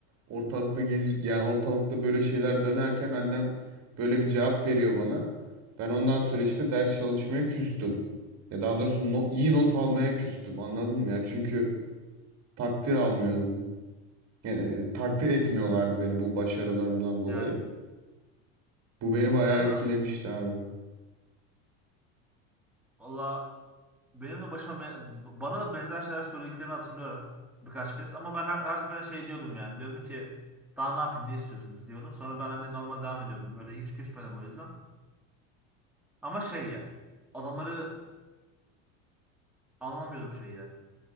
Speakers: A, on the right (about 45°); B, in the centre.
A: Ortalıkta gez yani ortalıkta böyle şeyler dönerken annem böyle bir cevap veriyor bana. Ben ondan sonra işte ders çalışmaya küstüm. Ya daha doğrusu no- iyi not almaya küstüm. Anladın mı ya? Çünkü takdir almıyordum. Yani e, takdir etmiyorlardı beni bu başarılarımdan dolayı.
B: Yani.
A: Bu beni bayağı
B: Yani
A: etkilemişti
B: abi.
A: abi.
B: Valla benim de başıma be- bana da benzer şeyler söylediklerini hatırlıyorum birkaç kez. Ama ben her, her seferinde şey diyordum yani. Diyordum ki daha ne yapayım ne istiyorsunuz diyordum. Sonra ben hani normal devam ediyordum. Böyle hiç küsmedim o yüzden. Ama şey yani. Adamları Anlamıyordum şeyi yani.